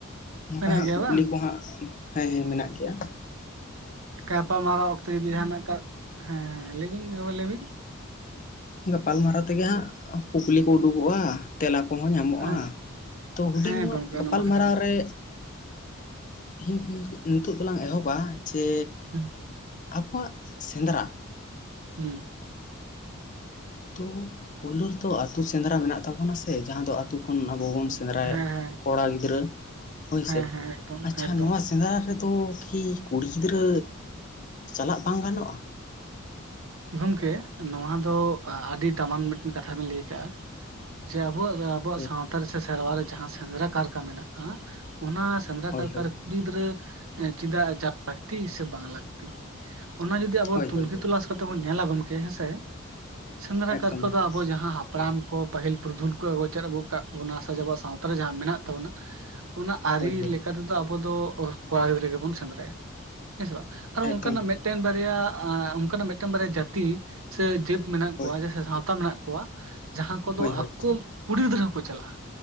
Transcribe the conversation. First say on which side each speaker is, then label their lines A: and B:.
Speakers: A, on the left; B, on the right.
A: ᱚᱱᱠᱟ
B: ᱢᱮᱱᱟᱜ
A: ᱦᱟᱸᱜ
B: ᱜᱮᱭᱟ
A: ᱠᱩᱠᱞᱤ
B: ᱵᱟᱝ
A: ᱠᱩ ᱦᱟᱸᱜ ᱦᱮᱸ ᱦᱮᱸ ᱢᱮᱱᱟᱜ ᱜᱤᱭᱟ
B: ᱜᱟᱯᱟ ᱢᱟᱨᱟᱣ ᱚᱠᱛᱮ ᱜᱤ ᱡᱟᱦᱟᱱᱟᱜ ᱦᱮᱸ ᱦᱮᱸ ᱞᱟᱹᱭᱵᱤᱱ <unintelligible> ᱞᱟᱹᱭᱵᱤᱱ
A: ᱜᱟᱯᱟᱞᱢᱟᱨᱟᱣ ᱛᱤᱜᱮ ᱦᱟᱸᱜ ᱠᱩᱠᱞᱤ ᱠᱚ ᱩᱰᱩᱠᱚᱜ-ᱟ ᱛᱮᱞᱟ ᱠᱩᱦᱚᱸ ᱧᱟᱢᱚᱜ-ᱟ
B: ᱟᱪᱪᱷᱟ
A: ᱛᱚ ᱦᱩᱰᱤᱧ
B: ᱦᱮᱸ
A: ᱧᱚᱜ
B: ᱜᱚᱝᱠᱮ
A: ᱜᱟᱯᱟᱞ
B: ᱚᱱᱟᱢᱟ ᱠᱟᱛᱷᱟ
A: ᱢᱟᱨᱟᱣ
B: ᱠᱟᱱ ᱜᱮ᱾
A: ᱨᱮ ᱛᱤᱦᱤᱧ ᱛᱤᱦᱤᱧ ᱱᱤᱛᱚᱜ ᱫᱚᱞᱟᱝ ᱮᱦᱚᱵᱟ ᱡᱮ
B: ᱦᱩᱸ
A: ᱟᱯᱢᱟᱜ ᱥᱮᱸᱫᱽᱨᱟ
B: ᱦᱮᱸ
A: ᱛᱳ ᱯᱳᱭᱞᱳ ᱨᱮ ᱛᱚ ᱟᱛᱩ ᱥᱮᱸᱫᱽᱨᱟ ᱢᱮᱱᱟᱜ ᱛᱟᱵᱚᱱᱟ ᱥᱮ ᱡᱟᱦᱟᱸ ᱫᱚ ᱟᱛᱩ ᱠᱷᱚᱱ ᱟᱵᱚ ᱵᱚᱱ ᱥᱮᱸᱫᱽᱨᱟᱭᱮᱜ
B: ᱦᱮᱸ ᱦᱮᱸ
A: ᱠᱚᱲᱟ ᱜᱤᱫᱽᱨᱟᱹ ᱦᱳᱭ
B: ᱦᱮᱸ
A: ᱥᱮ
B: ᱦᱮᱸ ᱮᱠᱫᱚᱢ
A: ᱟᱪᱷᱟ
B: ᱮᱠᱫᱚᱢ
A: ᱱᱚᱶᱟ ᱥᱮᱸᱫᱽᱨᱟ ᱨᱮᱫᱚ ᱠᱤ ᱠᱩᱲᱤ ᱜᱤᱫᱽᱨᱟᱹ ᱪᱟᱞᱟᱜ ᱵᱟᱝ ᱜᱟᱱᱚᱜ-ᱟ?
B: ᱜᱚᱢᱠᱮ ᱱᱚᱶᱟ ᱫᱚ ᱟ ᱟᱹᱰᱤ ᱫᱟᱢᱟᱱ ᱢᱤᱫ ᱴᱮᱱ ᱠᱟᱛᱷᱟ ᱵᱤᱱ ᱞᱟᱹᱭ ᱟᱠᱟᱫ-ᱟ ᱡᱮ ᱟᱵᱚᱣᱟᱜ ᱟᱵᱚᱣᱟᱜ
A: ᱦᱳᱭ
B: ᱥᱟᱶᱛᱟ ᱨᱮ ᱥᱮ ᱥᱮᱨᱣᱟ ᱨᱮ ᱡᱟᱦᱟᱸ ᱥᱮᱸᱫᱽᱨᱟ ᱠᱟᱨᱠᱟ ᱢᱮᱱᱟᱜ-ᱟ ᱚᱱᱟ ᱥᱮᱸᱫᱽᱨᱟ
A: ᱦᱳᱭ
B: ᱠᱟᱨᱠᱟ
A: ᱦᱳᱭ
B: ᱨᱮ ᱠᱩᱲᱤ ᱜᱤᱫᱽᱨᱟᱹ ᱪᱤᱫᱟᱜ ᱪᱟ ᱞᱟᱹᱠᱛᱤ ᱥᱮ ᱵᱟᱝ ᱞᱟᱹᱠᱛᱤ? ᱚᱱᱟ ᱡᱩᱫᱤ ᱟᱵᱚ
A: ᱦᱳᱭ
B: ᱛᱩᱱᱠᱷᱤ
A: ᱦᱳᱭ ᱦᱳᱭ
B: ᱛᱚᱞᱟᱥ ᱠᱟᱛᱮ ᱵᱚᱱ ᱧᱮᱞᱟ ᱜᱚᱢᱠᱮ ᱦᱮᱸᱥᱮ ᱥᱮᱸᱫᱽᱨᱟ
A: ᱮᱠᱫᱚᱢ
B: ᱠᱟᱨᱠᱟ
A: ᱮᱠᱫᱚᱢ
B: ᱫᱚ ᱟᱵᱚ ᱡᱟᱦᱟᱸ ᱦᱟᱯ ᱦᱟᱯᱲᱟᱢ ᱠᱩ ᱯᱟᱹᱦᱤᱞ ᱯᱩᱨᱫᱷᱩᱞ ᱠᱩ ᱟᱹᱜᱚ ᱪᱮᱫ ᱟᱹᱜᱚ ᱠᱟᱜ ᱵᱚᱱᱟ ᱥᱮ ᱟᱵᱚᱣᱟᱜ ᱥᱟᱶᱛᱟ ᱨᱮ ᱡᱟᱦᱟᱸ ᱢᱮᱱᱟᱜ ᱛᱟᱵᱚᱱᱟ ᱚᱱᱟ ᱟᱹᱨᱤ
A: ᱦᱳᱭ ᱦᱳᱭ
B: ᱞᱮᱠᱟ ᱛᱮᱫᱚ ᱟᱵᱚ ᱫᱚ ᱠᱚᱲᱟ ᱜᱤᱫᱽᱨᱟᱹ ᱜᱮᱵᱚᱱ ᱥᱮᱸᱫᱽᱨᱟᱭᱟ ᱦᱮᱸ ᱥᱮ ᱵᱟᱝ, ᱟᱨ
A: ᱮᱠᱫᱚᱢ
B: ᱚᱱᱠᱟᱱᱟᱜ ᱢᱤᱫ ᱴᱮᱱ ᱵᱟᱨᱭᱟ ᱚᱱᱠᱟᱱᱟᱜ ᱢᱤᱫ ᱴᱮᱱ ᱵᱟᱨᱭᱟ ᱡᱟᱹᱛᱤ ᱥᱮ ᱡᱟᱹᱛ ᱢᱮᱱᱟᱜ
A: ᱦᱳᱭ
B: ᱠᱚᱣᱟ ᱥᱮ ᱥᱟᱶᱛᱟ ᱢᱮᱱᱟᱜ ᱠᱩᱣᱟ ᱡᱟᱦᱟᱸ ᱠᱩᱫᱚ
A: ᱦᱳᱭ ᱦᱳᱭ
B: ᱟᱠᱩ ᱠᱩᱲᱤ ᱜᱤᱫᱽᱨᱟᱹ ᱦᱚᱸᱠᱚ ᱪᱟᱞᱟᱜ-ᱟ